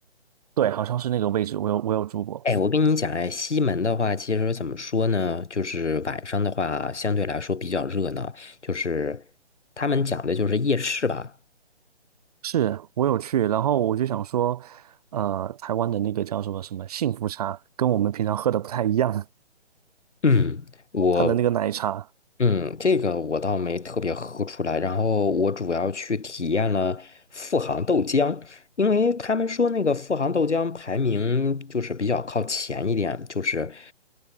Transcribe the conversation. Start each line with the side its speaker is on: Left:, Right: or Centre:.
Right: 对，好像是那个位置，我有我有住过，
Left: 哎，我跟你讲，哎，西门的话，其实怎么说呢？就是晚上的话，相对来说比较热闹，就是他们讲的就是夜市吧。
Right: 是我有去，然后我就想说，呃，台湾的那个叫什么什么幸福茶，跟我们平常喝的不太一样，
Left: 嗯，我
Right: 它的那个奶茶，
Left: 嗯，这个我倒没特别喝出来，然后我主要去体验了富航豆浆，因为他们说那个富航豆浆排名就是比较靠前一点，就是